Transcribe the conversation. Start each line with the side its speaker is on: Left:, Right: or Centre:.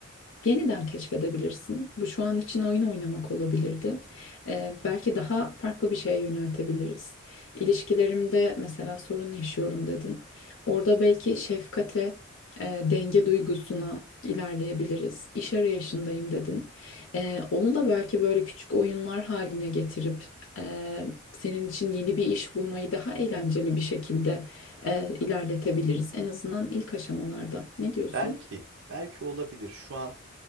Left: yeniden keşfedebilirsin. Bu şu an için oyun oynamak olabilirdi. E, belki daha farklı bir şeye yöneltebiliriz. İlişkilerimde mesela sorun yaşıyorum dedin. Orada belki şefkate, e, denge duygusuna ilerleyebiliriz. İş arayışındayım dedin. E, onu da belki böyle küçük oyunlar haline getirip e, senin için yeni bir iş bulmayı daha eğlenceli bir şekilde e, ilerletebiliriz. En azından ilk aşamalarda. Ne diyorsun?
Right: Belki, belki olabilir. Şu an